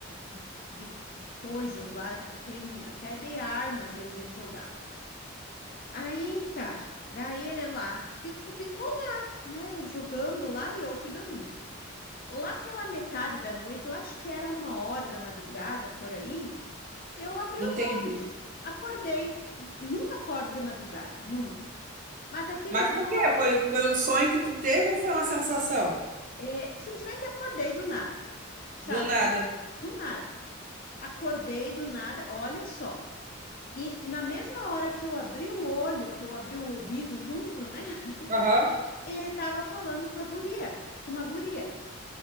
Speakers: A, on the left; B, on the right.
A: de, de, de coisas lá, que tem até de armas, às vezes ele jogava. Aí tá, daí ele lá, ficou, ficou lá, né, jogando lá e eu fui dormir. Lá pela metade da noite, eu acho que era uma hora da madrugada por aí, eu abri
B: entendi.
A: os olhos, acordei. Nunca acordo de madrugada, nunca. Mas aquele
B: Mas
A: dia
B: por
A: eu
B: quê? Foi, foi um sonho que tu teve ou foi uma sensação?
A: É, simplesmente acordei do nada, sabe?
B: Do nada.
A: Do nada. Acordei do nada, olha só. E na mesma hora que eu abri o olho, que eu abri o ouvido junto, né? <laughs>
B: Aham.
A: Ele estava falando com a guria, com uma guria.